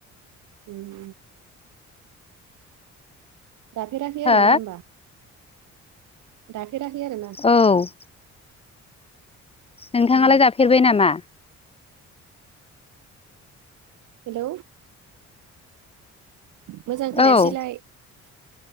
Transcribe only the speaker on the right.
उम दाफेराखै
आरो ना होनबा दाखेराखै आरो ना
हेलौ
हेलौ मोजां खोनायासैलाय